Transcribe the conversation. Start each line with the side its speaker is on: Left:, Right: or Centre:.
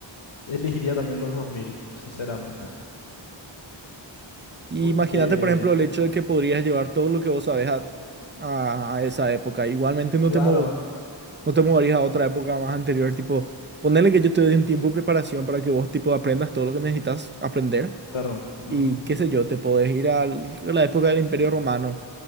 Left: elegiría también los 2000, sinceramente.
Right: Y
Left: Porque,
Right: imagínate, por ejemplo, el hecho de que podrías llevar todo lo que vos sabés a, a- a esa época. Igualmente no
Left: claro.
Right: te, mu- No te mudarías a otra época más anterior, tipo, ponerle que yo te dé un tiempo de preparación para que vos, tipo, aprendas todo lo que necesitas aprender
Left: Claro. ujú.
Right: y qué sé yo, te podés ir al- a la época del Imperio Romano